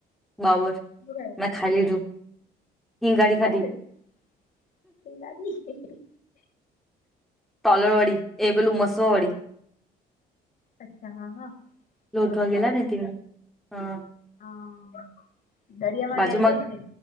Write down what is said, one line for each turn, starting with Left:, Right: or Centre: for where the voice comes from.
Centre: બાબર
Left: શું કરે
Centre: મેં ખાઇ લીધું. હિંગાડી
Left: ખાઇ
Centre: ખાધી
Left: લીધું, <unintelligible>
Centre: તલર વાડી એ પેલુ ઉમસવા વડી,
Left: અચ્છા હા હા,
Centre: લોટ
Left: મચ્છર
Centre: વાગેલા હી તેવા, હા,
Left: હા દરિયા માં
Centre: બાજુમાં
Left: જાય છે નેને,